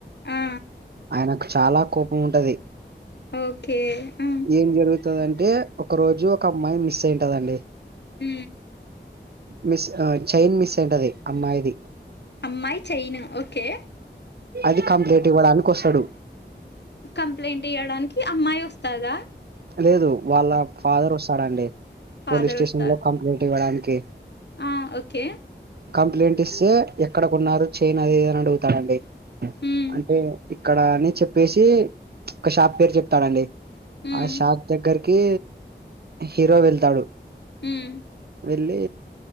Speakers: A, on the left; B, on the right.
A: ఆ!
B: ఆయనకు చాలా కోపం ఉంటది.
A: ఓకే ఆ.
B: ఏం జరుగుతది అంటే. ఒక రోజు ఒక అమ్మాయి మిస్ అయింత దండి.
A: ఊ
B: మిస్ చైన్ మిస్ అయి ఉంటది అమ్మాయిది.
A: అమ్మాయి చైన్ ఓకే.
B: అది కంప్లేట్ ఇవ్వడానికి వస్తాడు.
A: కంప్లైంట్ ఇయ్యడానికి అమ్మాయి వస్తదా.
B: లేదు వాళ్ళ ఫాదర్ వస్తాడండి.
A: ఫాదర్
B: పోలీస్ స్టేషన్
A: వస్తా
B: లో కంప్లైంట్ ఇవ్వడానికి.
A: ఆ ఓకే.
B: కంప్లైంట్ ఇస్తే. ఎక్కడకొన్నారు చైన్ అది ఇది అని అడుగుతాడండి.
A: హ్మ్.
B: అంటే ఇక్కడని చెప్పేసి ఒక షాప్ పేరు చెప్తాడండీ.
A: హ్మ్.
B: ఆ షాప్ దగ్గరకి హీరో వెళ్తాడు.
A: హ్మ్
B: వెళ్ళి